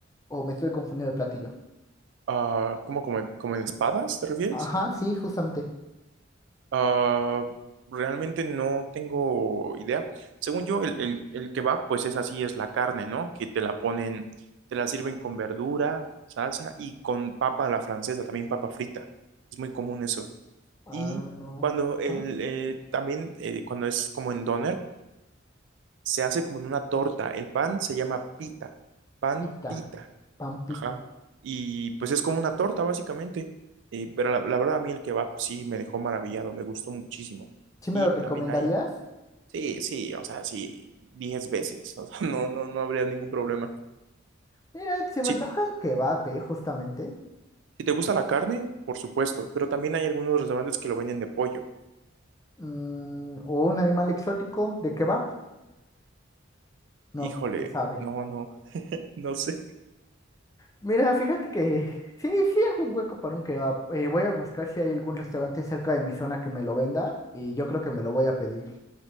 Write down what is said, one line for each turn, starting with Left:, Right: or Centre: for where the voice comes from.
Left: o me estoy confundiendo de platillo.
Right: Ah, ¿cómo como, en- como en espadas, te refieres?
Left: Ajá, sí, justamente.
Right: Ah, realmente no tengo idea. Según yo, el, el, el kebab, pues es así, es la carne, ¿no? Que te la ponen, te la sirven con verdura, salsa y con papa a la francesa, también papa frita. Es muy común eso. Y
Left: Anoja,
Right: cuando el, eh, también, eh, cuando es como en doner, se hace como en una torta. El pan se llama pita, pan
Left: pita,
Right: pita.
Left: pampita.
Right: Ajá. Y pues es como una torta, básicamente. Eh, pero la, la verdad, a mí el kebab sí me dejó maravillado, me gustó muchísimo.
Left: ¿Sí me
Right: Y
Left: lo recomendarías?
Right: también hay, sí, sí, o sea, sí, 10 veces, o sea, <laughs> no, no, no habría ningún problema.
Left: Mira, si me
Right: Si,
Left: antoja un kebab, eh, justamente.
Right: si te gusta la carne, por supuesto, pero también hay algunos restaurantes que lo venden de pollo.
Left: Mm, o un animal exótico de kebab. No,
Right: Híjole,
Left: pues quién sabe.
Right: no, no, <laughs> no sé.
Left: Mira, fíjate que sí, sí hago un hueco para un kebab. Eh, voy a buscar si hay algún restaurante cerca de mi zona que me lo venda y yo creo que me lo voy a pedir.